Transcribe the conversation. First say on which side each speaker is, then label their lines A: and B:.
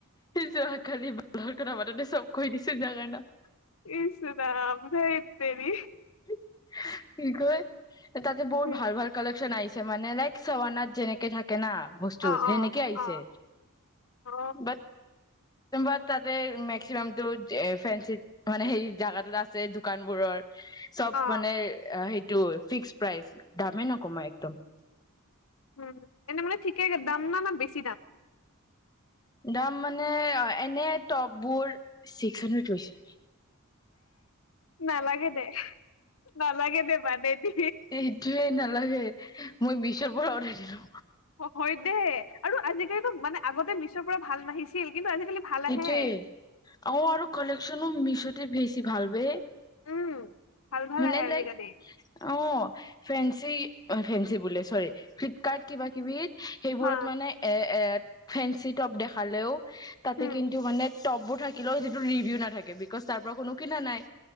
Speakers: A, on the left (about 20°); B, on the left (about 70°).
A: যোৱা কালি ভালৰ কথা মাতোতে চব কৈ দিছো যাৰ কাৰণে
B: কিছদা <inaudible> আম হেইত তেৰি
A: সক তা বুত
B: উম
A: ভাল ভালেক্চন আহিছে মানে লাইক চৱানাত যেনেকে থাকে ন বস্তুত
B: অ
A: সেনেকে
B: অ
A: আহিছে
B: অ অ
A: বাট া তাতে মেক্সিমাম তটো ফেঞ্চি মানে হে জাগাত আছে দোকানবোৰত
B: অ
A: মানে অ সেইটো ফিক্স প্ৰাইচ দামে ন কমাই একদম
B: উম এনে মানে ঠিকে দাম ন ন বেছি দাম
A: দাম মানে এনে টপবোৰ ছিক্স হাণ্ড্ৰেড হৈছে
B: নালাগে দে নালাগে দে মানাই দি
A: সেইটোয়ে নালাগে মই বিশ্বৰ পৰা উঠছিলো
B: হয় দে আৰু আজিকালিতো মানে আগতে মিছৰ পৰা ভাল নাহিছিল কিন্তু আজিকালি ভাল
A: সেইটোৱে
B: আহে
A: অ আৰু কালকশ্যনো মিছ বেছি ভাল ব
B: উম, ভাল ভাল
A: মানে
B: আহে আজিকালি।
A: লাইক অ ফেন্ঞ্চি অ ফেঞ্চি বোলে চৰি ফ্লিপকাৰ্ট কিবা কিবি সেইবোৰত
B: হা,
A: মানে এ এ ফেসি টপ দেখালেও তাতে
B: উম,
A: কিন্তু মানে টপবোৰ থাকে ক যিটো ৰিভিউ নাথাকে বিকজ তাৰ পৰা কোনো কিনা নাই